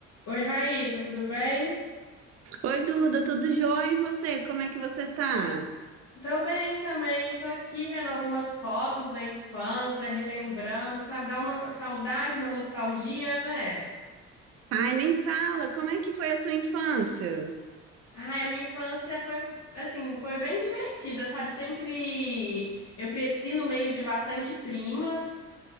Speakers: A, on the left (about 50°); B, on the right (about 45°).
A: Oi, Raíssa, tudo bem?
B: Oi, Duda, tudo jóia? E você? Como é que você tá?
A: Tô bem também, tô aqui vendo algumas fotos da infância, relembrando, sabe? Dá uma saudade, uma nostalgia, né?
B: Ai, nem fala, como é que foi a sua infância?
A: Ai, a minha infância foi, assim, foi bem divertida, sabe? Sempre eu cresci no meio de bastante primas,